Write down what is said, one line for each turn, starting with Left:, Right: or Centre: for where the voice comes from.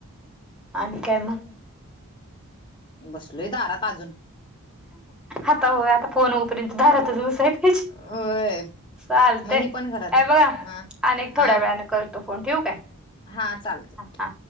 Centre: आणि काय मग?
Left: बसलोय दारात अजून.
Centre: आता होय. आता फोन होउपर्यन्त दारातच.
Left: होय
Centre: चालत.
Left: मग ही पण घरात येत
Centre: बघा
Left: हा
Centre: आणिक थोड्या
Left: हा
Centre: वेळान. करतो फोन. ठेवू काय?
Left: हा. चालतय.
Centre: हा हा.